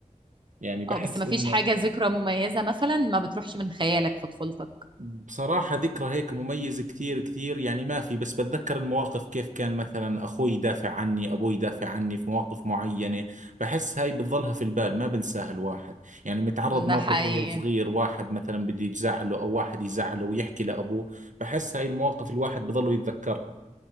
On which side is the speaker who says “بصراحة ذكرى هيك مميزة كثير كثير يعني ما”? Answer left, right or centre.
Right